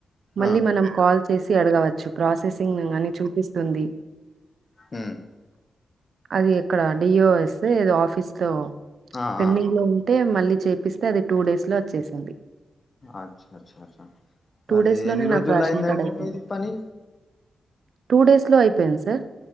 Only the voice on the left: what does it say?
ఆ
మ్
ఆ
ఆ
అచ్చ అచ్చ అచ్చ చ
అది
ఎన్ని
రోజులైందండి
మీది పని